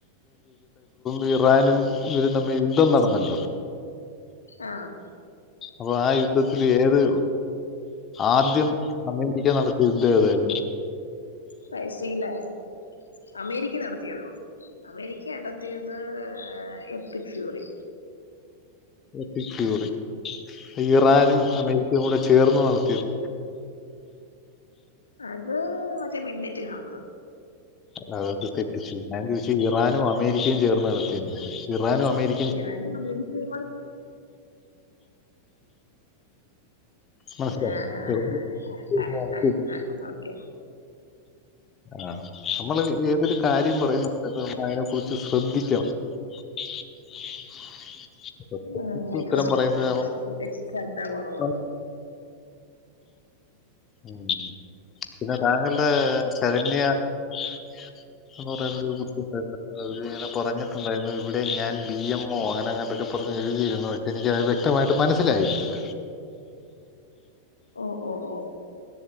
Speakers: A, on the left; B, on the left.
A: <unintelligible> <unintelligible> ഇറാനും ഇവരും തമ്മിയുദ്ധം നടന്നല്ലോ
B: ആഹ്
A: അപ്പൊ ആ യുദ്ധത്തില് ഏത് ആദ്യം അമേരിക്ക നടത്തിയ യുദ്ധം ഏതായിരുന്നു.
B: പൈസീലാൽ അമേരിക്ക നടത്തിയതോ? അമേരിക്ക നടത്തിയത് എപ്പിക്സുയറി
A: എപ്പിക്സുയറി ഇറാനും അമേരിക്കയും കൂടെ ചേർന്ന് നടത്തിയതോ?
B: അത് മറ്റേ മെൺണെറ്റി ഹാമർ
A: അതൊക്കെ തെറ്റിച്ചു. ഞാൻ ചോദിച്ചത് ഇറാനും അമേരിക്കയും ചേർന്ന് നടത്തിയ <unintelligible> ഇറാനും അമേരി
B: ഇറാനും അമേരിക്കയുംകൂടെ
A: മനസ്സിലായി
B: ആ
A: ഇറാനും
B: ആ
A: ചേർന്ന് നടത്തിയത്.
B: ആ ഓക്കെ
A: ആ നമ്മള് ഏതൊരു കാര്യം പറയുന്ന സമയത്തും നമ്മളയ്നെ കുറിച്ച് ശ്രദ്ധി ക്കണം <unintelligible>
B: ആഹ് ആയിക്കോട്ടെ
A: ഉത്തരം പറയുമ്പോ
B: ആയിക്കോട്ടെ ഇതിനെക്കുറിച്ച് ശ്രദ്ധ കുറവാ
A: <unintelligible> ഉം പിന്നെ താങ്കളുടെ ശരണ്യ <unintelligible> അവര് ഇങ്ങനെ പറഞ്ഞിട്ടുണ്ടായിരുന്നു ഇവിടെ ഞാൻ ബി എംഒ അങ്ങനെ എങ്ങാണ്ടക്കെ പർഞ്ഞ് എഴുതിയിരുന്നു. എനക്കത് വ്യക്തമായിട്ട് മനസ്സിലായിട്ടില്ല.
B: ഓ ഓ ഓ